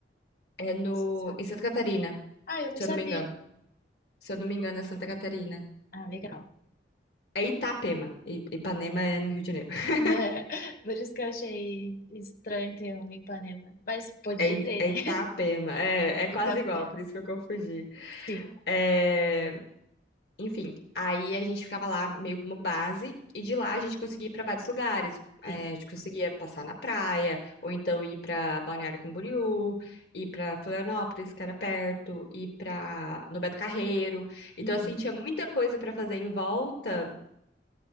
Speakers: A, on the left; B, on the left.
A: é no
B: Sabe?
A: em Santa Catarina,
B: Ah, eu não
A: se
B: sabia.
A: eu não me engano. Se eu não me engano, é Santa Catarina.
B: Ah, legal.
A: É Itapema. I- Ipanema é no Rio de Janeiro. <laughs>
B: <laughs> Por isso que eu achei estranho ter um Ipanema. Mas podia
A: É, I-
B: ter,
A: é
B: né?
A: Itapema. É, é quase
B: <laughs> Itapema.
A: igual, por isso que eu confundi.
B: Sim,
A: É, Enfim, aí a gente ficava lá meio como base, e de lá a gente conseguia ir para vários lugares. É,
B: sim.
A: a gente conseguia passar na praia, ou então ir para Balneário Camboriú, ir para Florianópolis, que era perto, ir para no Beto Carreiro. Então,
B: Uhum.
A: assim, tinha muita coisa para fazer em volta